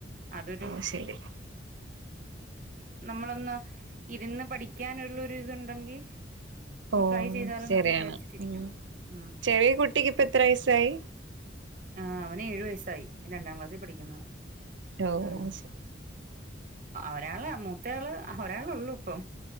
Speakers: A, on the right; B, on the right.
A: അതൊരു
B: ഓ ശരി
A: നമ്മളൊന്ന് ഇരന്ന് പഠിക്കാനൊള്ളൊരു ഇതൊണ്ടെങ്കി
B: ഓ
A: ട്രൈ ചെയ്താലോന്നൊക്കെ
B: ശരിയാണ്
A: വിചാരിച്ചിട്ടിരിക്കുന്നു.
B: ഉം
A: ഉം
B: ചെറിയ കുട്ടിക്ക് ഇപ്പ എത്രെസ്സായി
A: ആഹ് അവന് ഏഴുവയസ്സായി. രണ്ടാം ക്ലാസ്സിപഠിക്കുന്നു
B: ഓ
A: ഉം.
B: ശരി
A: ഒരാള് മൂത്തയാള് ഒരാളൊള്ളു ഇപ്പൊ